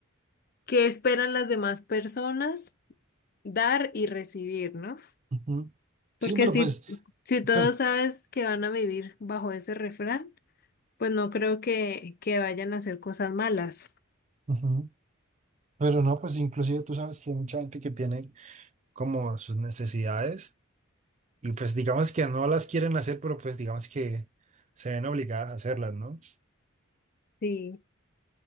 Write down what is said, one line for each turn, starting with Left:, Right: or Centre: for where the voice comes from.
Left: qué esperan las demás personas dar y recibir, ¿no?
Right: Ujú. Sí,
Left: Porque
Right: pero
Left: si,
Right: pues,
Left: si todos
Right: pues,
Left: sabes que van a vivir bajo ese refrán, pues no creo que, que vayan a hacer cosas malas.
Right: ujú. Pero no, pues inclusive tú sabes que hay mucha gente que tiene como sus necesidades. Y pues digamos que no las quieren hacer, pero pues digamos que se ven obligadas a hacerlas, ¿no?
Left: Sí.